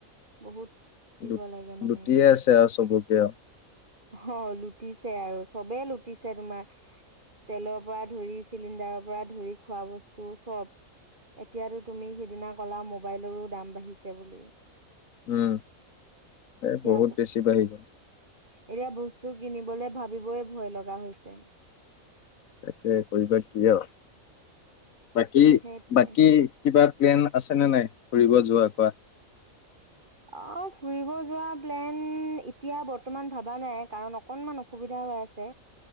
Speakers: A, on the right; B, on the left.
A: বহুত। দিব
B: লুট
A: লাগে মানে
B: লুটিয়ে আছে আও চবকে আও।
A: অ লুটিছে আৰু চবেই লুটিছে তোমাৰ। তেলৰ পৰা ধৰি চিলিণ্ডাৰৰ পৰা ধৰি খোৱা বস্তু চব এতিয়াতো তুমি সিদিনা কলা মোবাইলৰো দাম বাঢ়িছে বুলি।
B: উম, এ
A: এতিয়া
B: বহুত বেছি বাঢ়ি গ'ল।
A: এতিয়া বস্তু কিনিবলৈ ভাবিবই ভয় লগা হৈছে
B: তাকে কৰিবা কিয় বাকী
A: সেইটোৱে
B: বাকী কি বাত প্লেন আছে ন নাই ফুৰিব যোৱা কোৱা।
A: অ ফুৰিব যোৱা প্লেন এতিয়া বৰ্তমান ভবা নাই কাৰণ অকণমান অসুবিধা হৈ আছে।